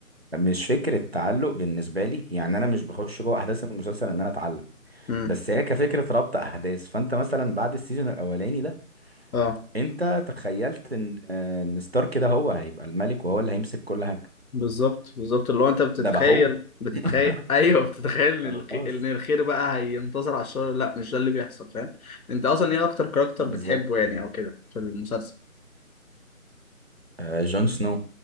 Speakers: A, on the right; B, on the left.
A: مش فكرة تعلق بالنسبة لي يعني أنا مش بخش جوه أحداث المسلسل إن أنا أتعلق
B: امم
A: بس هي كفكرة ربط أحداث فأنت مثلا بعد السيزون الأولاني ده
B: اه
A: أنت تخيلت إن آه، إن ستارك كده هو هيبقى الملك وهو اللي هيمسك كل حاجة
B: بالظبط بالظبط اللي هو انت بتتخيل
A: ده بقى هو
B: بتتخيل
A: <laughs>
B: <laughs> ايوه بتتخيل
A: خلاص
B: ان الخ- ان الخير بقى هينتصر على الشر لا مش ده اللي بيحصل فاهم انت اصلا ايه اكتر كاركتر
A: بالظبط
B: بتحبه يعني او كده في المسلسل
A: آه جون سنو